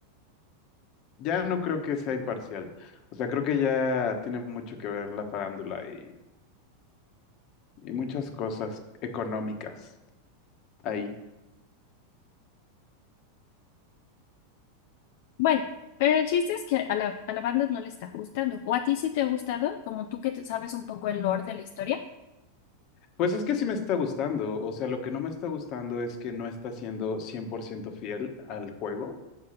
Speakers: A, on the left; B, on the left.
A: ya no creo que sea imparcial. O sea, creo que ya tiene mucho que ver la farándula y, y muchas cosas económicas ahí.
B: Bueno, pero el chiste es que a la, a la banda no le está gustando. O a ti sí te ha gustado, como tú que te sabes un poco el lore de la historia.
A: Pues es que sí me está gustando, o sea, lo que no me está gustando es que no está siendo 100% fiel al juego,